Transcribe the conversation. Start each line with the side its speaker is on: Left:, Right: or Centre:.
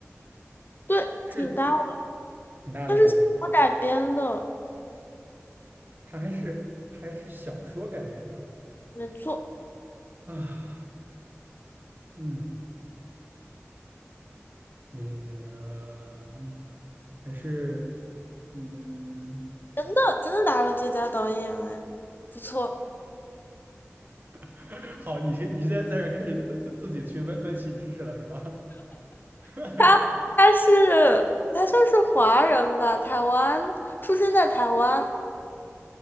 Left: <laughs> 对，
Right: 是
Left: 挺搭的，
Right: 挺大的片子，
Left: 他是小说改编的，
Right: 它还是它还是小说改编的
Left: 没错，
Right: 啊，嗯，你、呃还是嗯，
Left: 真的真的拿了最佳导演，哎，不错。
Right: <laughs> 好，你你现在在这开始自自自己去温温习知识了是吧？<laughs>
Left: 他他是他算是华人吧，台湾出生在台湾，